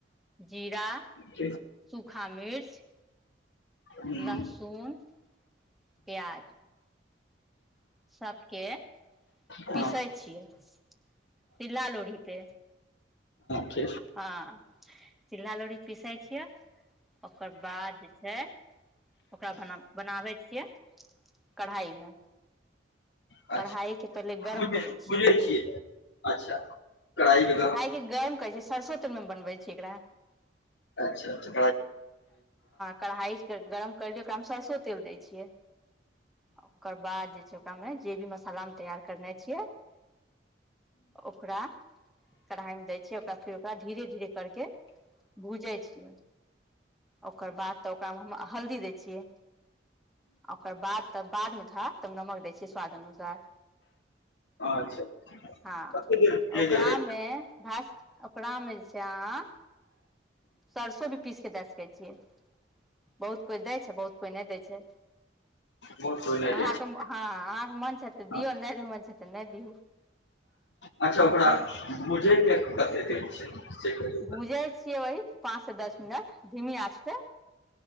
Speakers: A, in the centre; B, on the left.
A: जीरा
B: जी
A: सुखा मिर्च
B: हूँ
A: लहसुन प्याज सबके
B: हँ
A: पीसे छियै शिला लोढ़ी पे
B: ठ
A: हँ चिल्हा लोड़ी पीसे छियए ओकर बाद छै ओकरा बना बनाबै छियै कढ़ाई मे कढ़ाई
B: चछा
A: के पहिले गरम
B: ब
A: करै छियै
B: बुझै छिय अच्छा कढ़ाई वगैरह
A: गरम करै छिय सरसो तेल मे बनबै छिय एकरा
B: अच्छा अच्छा
A: कढ़ाइ गरम करलियै ओकरामे सरसो तेल दै छियै ओकर बाद जे छै तमे जे भी मसाला मे तैयार करने छियै ओकरा कढ़ाइ मे दै छियै ओकरा फेर ओकरा धीरे धीरे करके भूजै छियै ओकर बाद तऽ ओकरामे हम हल्दी दै छियै ओकर बाद तब बादमेठा तब नमक दै छियै स्वाद अनुसार
B: अच्छा
A: हँ
B: कते
A: ओकरामे
B: देर भुजै के रहै छै
A: भ ओकरामे जे छै अहाँ सरसो भी पीस के दए सकै छियै बहुत कोइ दै छै बहुत कोइ नहि दै छै
B: मोट होयनाइ
A: अहाँके
B: रहै छै
A: हँ अहाँके मन छै तऽ
B: हाँ,
A: दियौ नहि मन छै तऽ नहि दियौ
B: अच्छा ओकरा बुझे के कते देत छै से कहियौ
A: भूझै
B: तऽ
A: छियै <unintelligible> पाँच से दस मिनट धीमी आंच पे